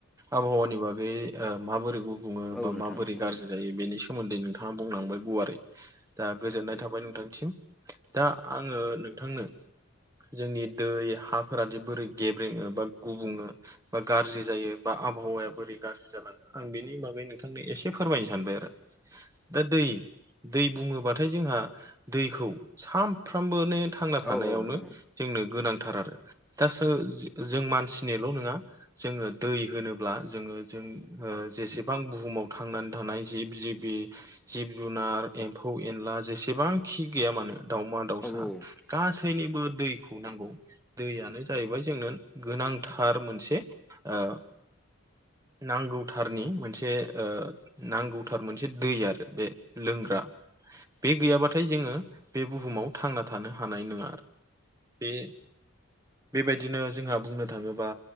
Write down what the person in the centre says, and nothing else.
औ
नोंथां
औ
औ औ नोंथां
औ औ